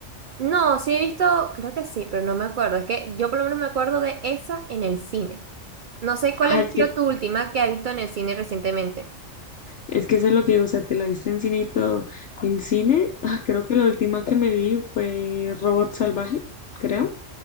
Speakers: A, on the right (about 60°); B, on the left (about 65°).
A: No, sí he visto, creo que sí, pero no me acuerdo. Es que yo por lo menos me acuerdo de esa en el cine. No sé cuál
B: Ah,
A: ha sido
B: es que,
A: tu última que has visto en el cine recientemente.
B: es que eso es lo que digo, o sea, te la viste en cine y todo. En cine, ah, creo que la última que me vi fue Robot Salvaje, creo.